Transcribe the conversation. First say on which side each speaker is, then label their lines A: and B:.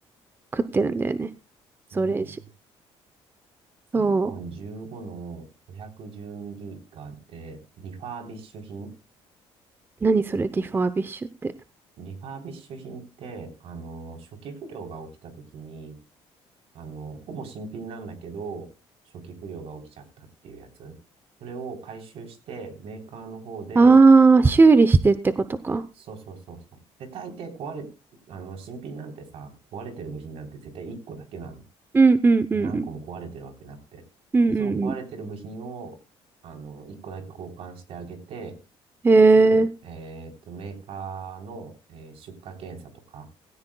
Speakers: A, on the right; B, on the right.
A: 食ってるんだよね。そう、
B: うん、
A: レジ。そ
B: iPhone 15の 512GB で、リファービッシュ品
A: う。何それ、ディファービッシュって。
B: こリファービッシュ品って、あの、初期不良が起きた時に、あの、ほぼ新品なんだけど、初期不良が起きちゃったっていうやつ。それを回収して、メーカーの方で、
A: あー、修理してってことか。
B: そうそうそうそう。で、大抵壊れ、あの、新品なんてさ、壊れてる部品なんて絶対1個だけなの。
A: うんうんうんうん。
B: 何個も壊れてるわけなくて。
A: うんうんう
B: で、その壊れてる部品を、あの、1個だけ交換してあげて、
A: ん。へ
B: かつ、
A: え、
B: えっと、メーカーの、えー出荷検査とか、